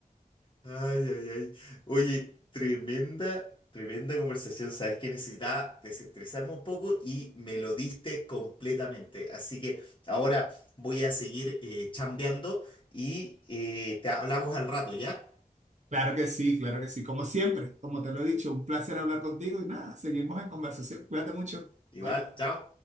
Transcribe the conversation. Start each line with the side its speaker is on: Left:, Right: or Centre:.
Left: Ay, ay, ay. Oye, tremenda, tremenda conversación. Sabes que necesitaba desestresarme un poco y me lo diste completamente. Así que ahora voy a seguir eh, chambeando y eh, te hablamos al rato, ¿ya?
Right: Claro que sí, claro que sí. Como siempre, como te lo he dicho, un placer hablar contigo y nada, seguimos en conversación. Cuídate mucho. Bye.
Left: Igual, chao.